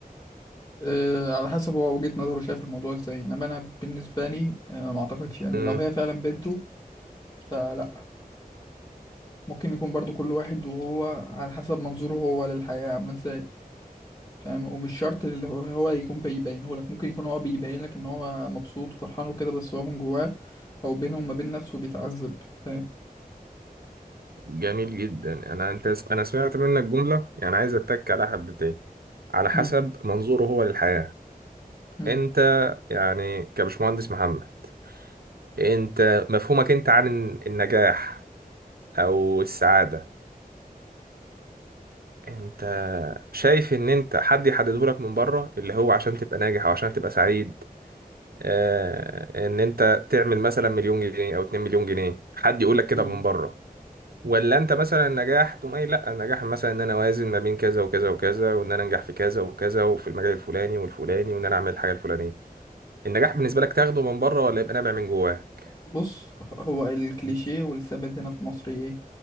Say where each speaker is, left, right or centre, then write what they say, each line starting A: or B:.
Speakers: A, on the left (about 25°); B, on the right (about 80°).
A: آه على حسب هو وجهة نظره شايف الموضوع إزاي إنما أنا بالنسبة لي آه ما أعتقدش يعني
B: مم.
A: لو هي فعلا بنته فلا ممكن يكون برضو كل واحد وهو على حسب منظوره هو للحياة عاملة إزاي فاهم ومش شرط اللي هو هو يكون بيبينه لك ممكن يكون هو بيبين لك ان هو مبسوط وفرحان وكده بس هو من جواه او بينه وما بين نفسه بيتعذب فاهم
B: جميل جدا انا انت انا سمعت منك جملة يعني عايز اتك عليها حبتين على حسب
A: مم.
B: منظوره هو للحياة
A: مم.
B: انت يعني كبشمهندس محمد انت مفهومك انت عن النجاح او السعادة انت شايف ان انت حد يحدده لك من بره اللي هو عشان تبقى ناجح او عشان تبقى سعيد آه ان انت تعمل مثلا مليون جنيه او 2 مليون جنيه حد يقول لك كده
A: مم.
B: من بره ولا انت مثلا النجاح تقوم قايل لا النجاح مثلا ان انا اوازن ما بين كذا وكذا وكذا وان انا انجح في كذا وكذا وفي المجال الفلاني والفلاني وان انا اعمل الحاجة الفلانية النجاح بالنسبة لك تاخده من بره ولا يبقى نابع من جواك
A: بص هو الكليشيه والثابت هنا في مصر ايه